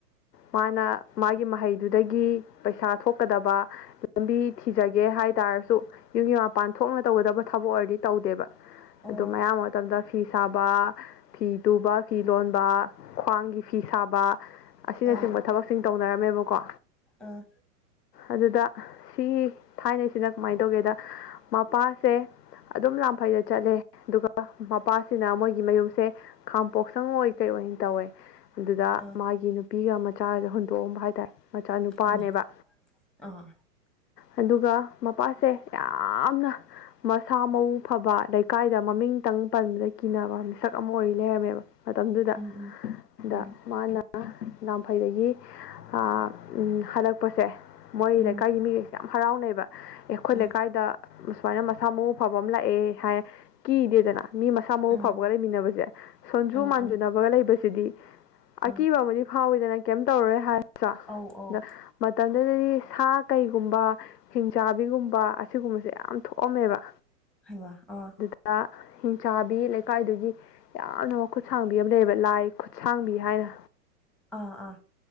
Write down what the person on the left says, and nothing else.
ꯃꯥꯅ ꯃꯥꯒꯤ ꯃꯍꯩꯗꯨꯗꯒꯤ ꯄꯩꯁꯥ ꯊꯣꯛꯀꯗꯕ ꯂꯝꯕꯤ ꯊꯤꯖꯒꯦ ꯍꯥꯏ ꯇꯥꯔꯁꯨ ꯌꯨꯝꯒꯤ ꯃꯄꯥꯟ ꯊꯣꯛꯅ ꯇꯧꯒꯗꯕ ꯊꯕꯛ ꯑꯣꯏꯔꯗꯤ ꯇꯧꯗꯦꯕ
ꯑꯗꯨꯝ ꯑꯌꯥꯝꯕ ꯃꯇꯝꯗ ꯐꯤ ꯁꯥꯕ ꯐꯤ ꯇꯨꯕ ꯐꯤ ꯂꯣꯟꯕ ꯈ꯭ꯋꯥꯡꯒꯤ ꯐꯤ ꯁꯥꯕ ꯑꯁꯤꯅꯆꯤꯡꯕ
ꯊꯕꯛ ꯁꯤꯡ ꯇꯧꯅꯔꯝꯃꯦꯕꯀꯣ
ꯑꯗꯨꯗ ꯁꯤ ꯊꯥꯏꯅꯩꯁꯤꯅ ꯀꯃꯥꯏ ꯇꯧꯒꯦꯗ ꯃꯄꯥꯁꯦ ꯑꯗꯨꯝ ꯂꯥꯡꯐꯩꯗ ꯆꯠꯂꯦ ꯑꯗꯨꯒ ꯃꯄꯥꯁꯤꯅ ꯃꯣꯏꯒꯤ ꯃꯌꯨꯝꯁꯦ ꯈꯥꯝꯄꯣꯛꯁꯪ ꯑꯣꯏ ꯀꯩꯑꯣꯏꯟ ꯇꯧꯋꯦ ꯑꯗꯨꯗ
ꯃꯥꯒꯤ ꯅꯨ ꯄꯤꯒ ꯃꯆꯥꯒ ꯍꯨꯟꯗꯣꯛꯑꯝꯕ ꯍꯥꯏꯇꯥꯔꯦ ꯃꯆꯥ ꯅꯨꯄꯥꯅꯦꯕ
ꯑꯗꯨꯒ ꯃꯄꯥꯁꯦ ꯌꯥꯝꯅ ꯃꯁꯥ ꯃꯎ ꯐꯕ ꯂꯩꯀꯥꯏꯗ ꯃꯃꯤꯡꯇꯪ ꯄꯟꯕꯗ ꯀꯤꯅꯕ ꯃꯤꯁꯛ ꯑꯃ ꯑꯣꯏꯔꯤ ꯂꯩꯔꯝꯃꯦꯕ ꯃꯇꯝꯗꯨꯗ
ꯑꯗꯥ
ꯃꯥꯅ ꯑ ꯂꯥꯝꯐꯩꯗꯒꯤ ꯑꯥ ꯎꯝ ꯍꯜꯂꯛꯄꯁꯦ ꯃꯣꯏ
ꯂꯩꯀꯥꯏꯒꯤ ꯃꯤ ꯌꯥꯝ ꯍꯔꯥꯎꯅꯩꯕ ꯑꯦ ꯑꯩꯈꯣꯏ
ꯂꯩꯀꯥꯏꯗ ꯁꯨꯃꯥꯏꯅ ꯃꯁꯥ ꯃꯎ ꯐꯕ ꯑꯃ ꯂꯥꯛꯑꯦ ꯍꯥꯏ ꯀꯤꯗꯦꯗꯅ ꯃꯤ ꯃꯁꯥ ꯃꯎ
ꯐꯕꯒ ꯂꯩꯃꯤꯟꯅꯕꯖꯦ ꯁꯣꯟꯖꯨ
ꯃꯥꯟꯖꯨꯅꯕꯒ
ꯂꯩꯕꯁꯤꯗꯤ ꯑꯀꯤꯕ
ꯑꯃꯗꯤ ꯐꯥꯎꯋꯤꯗꯅ ꯀꯩꯝ ꯇꯧꯔꯔꯣꯏ ꯍꯥꯏ ꯁꯨ ꯑꯗ
ꯃꯇꯝꯗꯨꯗꯗꯤ ꯁꯥ ꯀꯩꯒꯨꯝꯕ ꯍꯤꯡꯆꯥꯥꯕꯤꯒꯨꯝꯕ ꯑꯁꯤꯒꯨꯝꯕꯁꯦ ꯌꯥꯝ ꯊꯣꯛꯑꯝꯃꯦꯕ
<unintelligible> ꯍꯤꯡꯆꯥꯥꯕꯤ ꯂꯩꯀꯥꯏꯗꯨꯒꯤ ꯌꯥꯝꯅ ꯃꯈꯨꯠꯁꯥꯡꯕꯤ ꯑꯃ ꯂꯩꯌꯦꯕ ꯂꯥꯏ ꯈꯨꯠꯁꯥꯡꯕꯤ ꯍꯥꯏꯅ